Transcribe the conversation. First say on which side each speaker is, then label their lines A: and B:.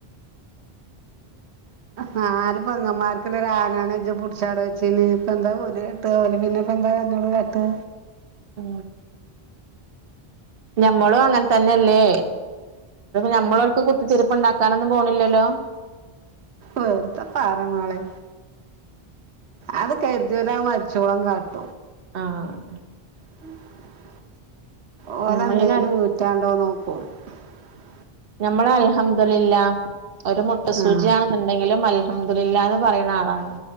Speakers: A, on the right; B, on the right.
A: നാല് പെങ്ങന്മാർക്ക്ള്ള ഒരാങ്ങളാന്ന്ച് പുടിച്ചാങ്ങട് വെച്ചിന് ഇപ്പ എന്താ പോല <unintelligible> പിന്നെപ്പെന്താ കരഞ്ഞോട് കാട്ട്
B: ഉ ഞമ്മളും അങ്ങനെ തന്നെയല്ലേ ഞമ്മളവർക്ക് കുത്തിത്തിരുപ്പ് ഉണ്ടാക്കാനൊന്നും പോണില്ലല്ലോ.
A: വെറുതെ പറമോളെ അത് കരുതിയ പോല മരിച്ചോളം കാട്ടും
B: ആഹ്
A: <inaudible> ഓലെന്തേലും
B: നമ്മളേന
A: ഊറ്റാണ്ടോ നോക്ക <unintelligible>
B: നമ്മള് ൽഹംദുലില്ല ഒരു മൊട്ടുസൂചിയാണെന്നുണ്ടെങ്കിലും
A: ആ
B: അല്ല ഹമ്ദുലില്ലാന്ന് പറയണ ആളാണ്.